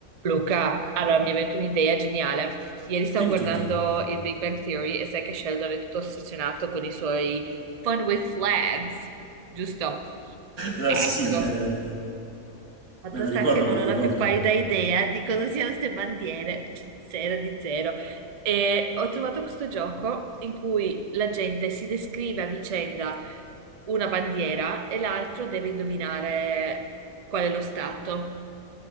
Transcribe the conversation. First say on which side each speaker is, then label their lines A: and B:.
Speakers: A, on the right; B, on the right.
A: Luca, allora mi è venuta un'idea geniale. Ieri stavo
B: Dimmi
A: guardando
B: tutto.
A: il Big Bang Theory e sai che Sheldon è tutto ossessionato con i suoi fun with flags, giusto?
B: Eh,
A: Ecco,
B: sì, sì, eh,
A: fatto
B: me lo
A: sta
B: ricordo,
A: che non
B: me lo
A: ho
B: ricordo.
A: la più pallida idea di cosa siano queste bandiere, Cioè, zero di zero. E ho trovato questo gioco in cui la gente si descrive a vicenda una bandiera e l'altro deve indovinare qual è lo stato.